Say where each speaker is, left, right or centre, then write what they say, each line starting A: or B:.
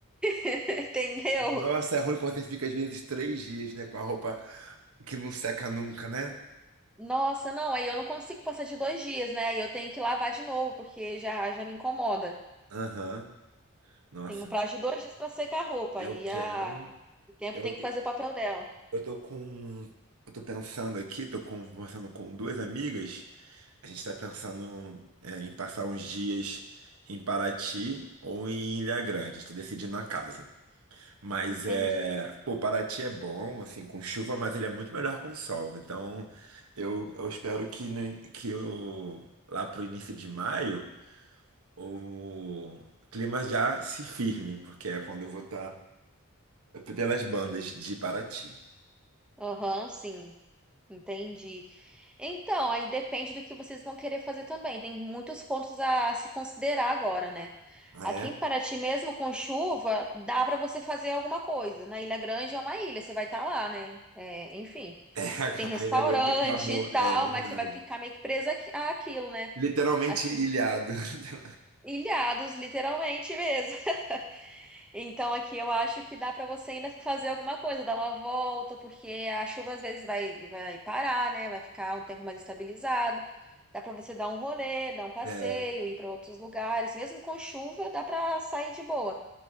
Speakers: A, in the centre; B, on the right.
A: <laughs> Entendeu?
B: Nossa, é ruim quando você fica às vezes três dias, né, com a roupa que não seca nunca, né?
A: Nossa, não, aí eu não consigo passar de dois dias, né? Aí eu tenho que lavar de novo, porque já, já me incomoda.
B: Aham. Nossa,
A: Tem um prazo de dois dias para secar a roupa,
B: eu
A: e
B: quero.
A: a... o tempo
B: Eu,
A: tem que fazer o papel dela.
B: eu tô com. Eu tô pensando aqui, tô conversando com duas amigas. A gente está pensando é, em passar uns dias em Paraty ou em Ilha Grande. A gente tá decidindo na casa. Mas
A: Entendi.
B: é. Pô, Paraty é bom, assim, com chuva, mas ele é muito melhor com sol. Então eu, eu espero que, no- que eu, lá pro início de maio o clima já se firme, porque é quando eu vou estar pelas bandas de Paraty.
A: Aham, sim, entendi. Então, aí depende do que vocês vão querer fazer também. Tem muitos pontos a se considerar agora, né?
B: É,
A: Aqui em
B: <laughs>
A: Paraty, mesmo com chuva, dá para você fazer alguma coisa. Na Ilha Grande é uma ilha, você vai estar lá, né? É, enfim.
B: é,
A: Tem restaurante
B: a Ilha Grande acabou,
A: e
B: é
A: tal,
B: verdade.
A: mas você vai ficar meio que presa aqui- àquilo, né?
B: Literalmente
A: Aqui,
B: ilhado. <laughs>
A: ilhados, literalmente mesmo. <laughs> Então aqui eu acho que dá pra você ainda fazer alguma coisa, dar uma volta, porque a chuva às vezes vai, vai parar, né? Vai ficar um tempo mais estabilizado. Dá pra você dar um rolê, dar um passeio,
B: É.
A: ir pra outros lugares. Mesmo com chuva, dá pra sair de boa.